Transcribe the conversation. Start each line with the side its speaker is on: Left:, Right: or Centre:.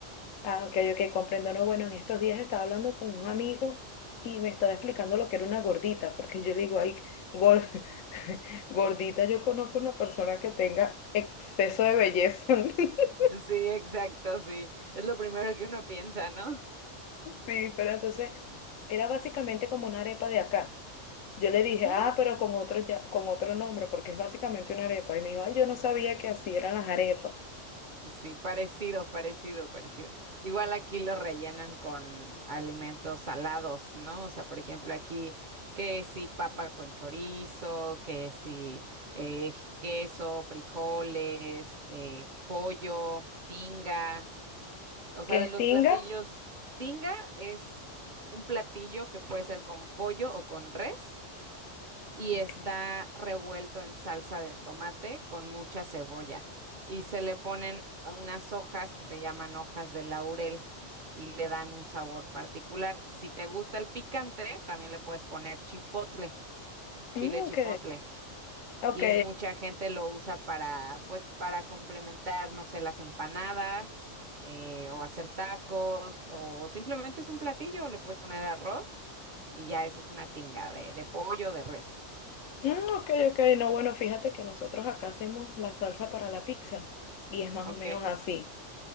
Left: Ah, ok, ok, comprendo. No, bueno, en estos días estaba hablando con un amigo y me estaba explicando lo que era una gordita, porque yo le digo, ay, gor- <laughs> gordita, yo conozco una persona que tenga exceso de belleza. <laughs>
Right: Sí, exacto, sí. Es lo primero que uno piensa, ¿no?
Left: Sí, pero entonces era básicamente como una arepa de acá. Yo le
Right: Ujú.
Left: dije, ah, pero con otro, ya, con otro nombre, porque es básicamente una arepa. Y me dijo, ay, yo no sabía que así eran las arepas.
Right: Sí, parecido, parecido, parecido. Igual aquí lo rellenan con alimentos salados, ¿no? O sea, por ejemplo, aquí que si papa con chorizo, que si eh, queso, frijoles, eh, pollo, tinga. O sea,
Left: ¿Qué
Right: de
Left: es
Right: los
Left: tinga?
Right: platillos, tinga es un platillo que puede ser con pollo o con res. y
Left: Ok.
Right: está revuelto en salsa de tomate con mucha cebolla. Y se le ponen unas hojas que se llaman hojas de laurel y le dan un sabor particular. Si te gusta el picante, también le puedes poner chipotle, chile
Left: Mm,
Right: chipotle.
Left: ok, ok,
Right: Y mucha gente lo usa para, pues, para complementar, no sé, las empanadas, eh, o hacer tacos, o simplemente es un platillo, le puedes poner arroz y ya eso es una tinga de, de pollo, de res.
Left: Mm, ok, ok, no, bueno, fíjate que nosotros acá hacemos la salsa para la pizza y es más
Right: ¿Ok?
Left: o menos así.